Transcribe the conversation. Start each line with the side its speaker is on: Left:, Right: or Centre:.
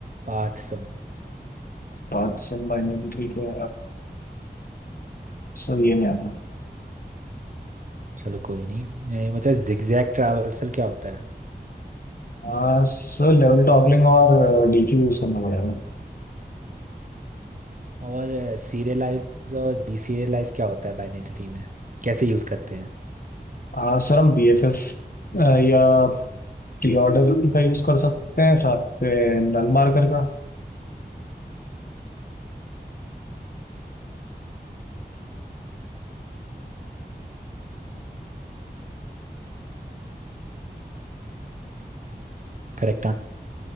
Right: Path sum
Left: पाथ्स इन बाइनरी ट्री पे सर ये नहीं
Right: चलो कोई नहीं ये मतलब जिगजैग ट्रैवर्सल क्या होता है
Left: आता सर लेवल टॉगलिंग और डीक्यू यूज करना पड़ेगा
Right: और सीरियलाइज और डीसीरियलाइज क्या होता है बाइनरी ट्री में कैसे यूज़ करते हैं
Left: आ, सर हम बीएफएस या प्री ऑर्डर का यूज कर सकते हैं साथ पे नल मार्कर का
Right: Correct answer